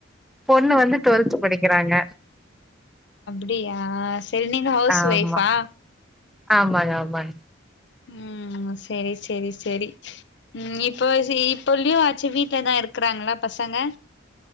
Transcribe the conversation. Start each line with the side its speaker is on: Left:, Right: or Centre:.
Centre: பொண்ணு வந்து டுவெல்த் படிக் க்கிறாங்க
Left: அப்டியா செரி நீங்க ஹவுஸ்
Centre: ஆமா
Left: வைஃபா
Centre: ஆமாங்க ஆமாங்க
Left: ம் செரி செரி செரி ம் இப்ப இப்ப லீவு ஆச்சி வீட் வீட்ல தா இருக்கிறாங்களா பசங்க